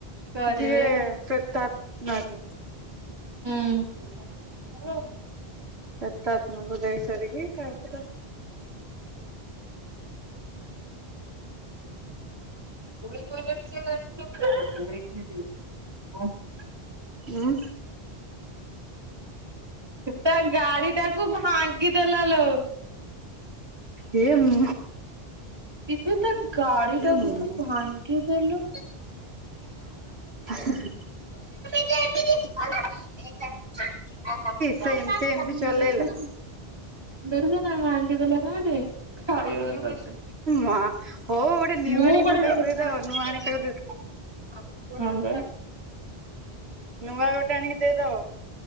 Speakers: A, on the right (about 25°); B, on the right (about 85°).
A: କରିବେ
B: ଯିଏ ପ୍ରେତଆତ୍ମା ହେଇଥିବେ।
A: ହୁଁ।
B: ପ୍ରେତଆତ୍ମାକୁ ଦେଇ ସାରିକି ତାପରେ
A: <inaudible>
B: ଉଁ
A: ତା ଗାଡି ଟାକୁ ଭାଙ୍ଗି ଦେଲା ଲୋ।
B: ହେ ମ
A: ଇବେ ତା ଗାଡିଟାକୁ
B: ହେଇ
A: ତୁ ଭାଙ୍ଗିଦେଲୁ।
B: <inaudible>
A: <inaudible> <inaudible>
B: ସେ ଏମିତି ଏମିତି ଚଲେଇଲା
A: ଦେଲୁନା ଭାଙ୍ଗି ଦେଲେ କେନ୍ତି ଖାଇବ ତତେ।
B: ମା ହଉ ଗୋଟେ ନ୍ୟୁ
A: ମୁଁ
B: ଆଣିକି
A: କୁଆଡେ
B: ପୁଣି ତାକୁ
A: ଯାଇପାରିବିନି
B: ଦେଇଦବ ନୂଆ ଆଣିକି
A: <inaudible>
B: ତାକୁ ଦେଇଦବ
A: ହାଲୋ
B: ନୂଆ ଗୋଟେ ଆଣିକି ଦେଇଦବ।